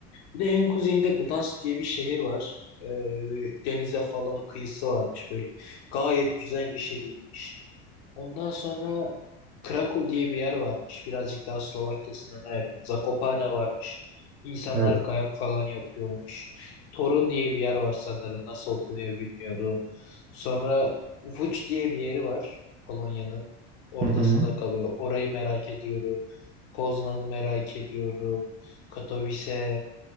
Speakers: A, on the left; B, on the right.
A: Bir de en kuzeyinde Gdansk diye bir şehir var. Ee, bir denize falan kıyısı varmış böyle. Gayet güzel bir şehirmiş. Ondan sonra Krakow diye bir yer varmış. Birazcık daha Slovakya sınırına yakın. Zakopane varmış. İnsanlar
B: Evet.
A: kayak falan yapıyormuş. Torun diye bir yer var sanırım. Nasıl okunuyor bilmiyorum. Sonra Łódź diye bir yeri var. Polonya'nın ortasında
B: Hı hı.
A: kalıyor. Orayı merak ediyorum. Poznan'ı merak ediyorum. Katowice.